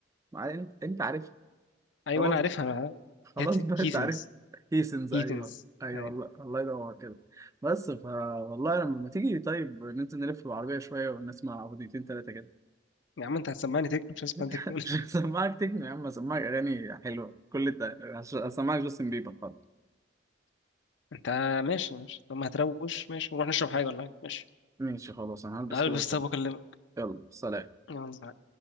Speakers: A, on the right; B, on the left.
A: ما انت انت عارف
B: ايوه
A: خلاص
B: انا عارفها انا
A: خلاص بقى انت
B: هيثنز
A: عارف هيسنز ايوه
B: هيثنز
A: ايوه
B: يعني
A: والله الله يدور كده بس فا والله لما تيجي طيب ننزل نلف بالعربيه شويه ونسمع اغنيتين ثلاثه كده
B: يا عم انت هتسمعني تكنو مش هسمع
A: <laughs>
B: تكنو <laughs>
A: عشان اسمعك تكنو يا عم اسمعك اغاني حلوه كل ده عشان اسمعك جاستن بيبر خلاص
B: انت ماشي ماشي طب ما هتروش ماشي ونروح نشرب حاجه والله ماشي
A: ماشي خلاص انا هلبس
B: هلبس
A: كده واتكلم
B: طب واكلمك
A: يلا سلام
B: يلا